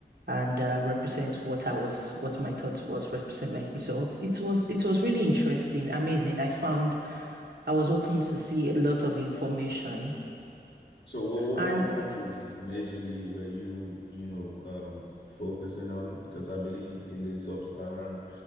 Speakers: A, on the right; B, on the left.
A: and uh, represent what I was what my thoughts was, represent my results. It was it was really interesting, amazing. I found I was open to see a lot of information.
B: So what what
A: And
B: what countries majorly were you, you know, um focusing on? Because I believe in the sub-Saharan